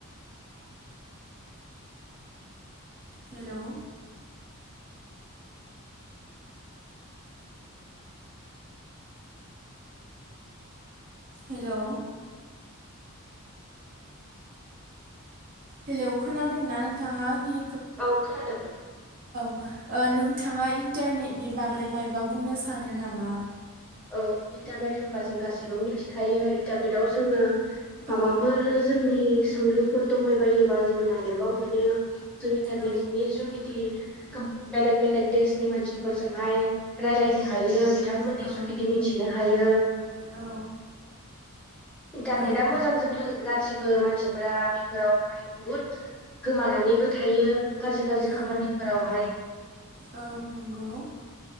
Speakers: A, on the right; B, in the centre.
A: हेलौ हेलौ हेलौ खोनादोंना नोंथाङा आंनि
B: औ खोनादों
A: ओ नोंथाङा इन्टारनेटनि बागै माबा बुंनो सानो नामा?
B: औ इन्टारनेट होनबा जों गासैबो मिथिखायो इन्टारनेटआव जोङो माबाफोर
A: औ
B: जोंनि सोंलुफोर दंबाय बायोबा जोङो नागिरबा मोनो जों इन्टारनेटनि
A: औ
B: जुगिदि गोब बेलेग बेलेग देशनि मानसिफोरजोंहाय रायलायनो हायो बि बिथांमोननि
A: औ
B: जुग बिदि मिथिनो हायो
A: औ
B: इन्टारनेटा
A: ओम
B: मोजांजों लोगो गाज्रिबो मानसिफोरा बेफोरावहाय बुहुद गोमानानैबो थायो गाज्रि गाज्रि
A: औ
B: खामानिफोरावहाय
A: औ नंगौ।